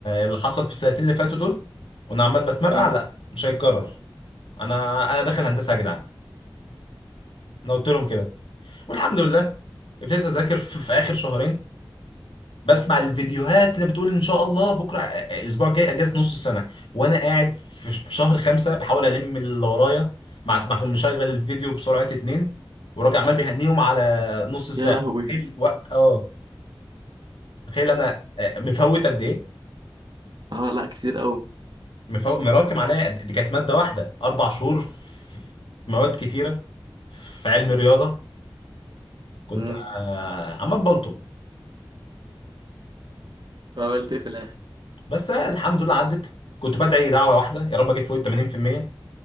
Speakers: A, on the left; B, on the right.
A: اللي حصل في السنتين اللي فاتوا دول وأنا عمال بتمرقع
B: مم.
A: لا مش هيتكرر أنا أنا داخل هندسة يا جدعان أنا قلت لهم كده والحمد لله ابتديت أذاكر في في آخر شهرين بسمع
B: مم.
A: الفيديوهات اللي بتقول ان شاء الله بكره آه، الاسبوع الجاي اجازه نص السنه وانا قاعد في في شهر خمسه بحاول الم اللي ورايا مع مع- مشغل الفيديو بسرعه اتنين وراجع عمال بيهنيهم على نص ساعه
B: يا لهوي
A: تخيل الوقت اه تخيل انا آه، مفوت قد ايه
B: اه لا كتير قوي
A: مفوت مراكم عليا قد- دي كانت ماده واحده اربع شهور في في مواد كتيره في علم الرياضه كنت
B: امم
A: آه، عمال بلطم
B: عملت ايه في الاخر
A: بس آه، الحمد لله عدت كنت بدعي دعوه واحده يا رب اجيب فوق ال 80%